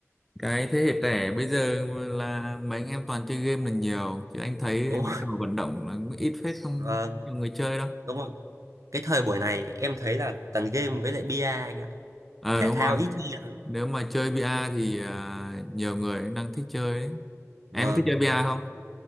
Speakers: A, in the centre; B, on the right.
A: cái thế hệ trẻ bây giờ là mấy anh em toàn chơi game là nhiều chứ anh thấy
B: đúng
A: mấy
B: không
A: trò vận động là cũng ít phết
B: <laughs>
A: không
B: vâng
A: nhiều người chơi đâu
B: đúng rồi cái thời buổi này em thấy là toàn game với lại bia anh ạ
A: ờ
B: thể
A: đúng
B: thao
A: rồi
B: ít chơi lắm
A: nếu mà chơi bia thì à, nhiều người cũng đang thích chơi đấy em
B: vâng
A: có thích chơi bia không